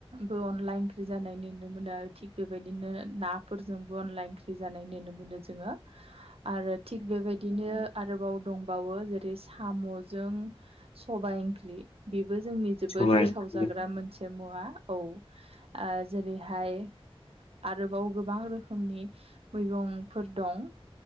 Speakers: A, on the right; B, on the left.
A: बो अनला इंख्रि जानाय नोनो मोनो थिग बेबायदिनो ना फोरजोंबो अनला ओंख्रि जानाय नोनो मोनो जोङो
B: <inaudible>
A: आरो थिग बेबायदिनो आरोबाव दंबावो जेरै साम'जों सबाय ओंख्रि बेबो जोंनि जोबोद
B: सबाय
A: गोथाव
B: ओंख्रि
A: जाग्रा मोन थि मुवा औ आ जेरैहाय आरोबाव गोबां रोखोमनि मैगंफोर दं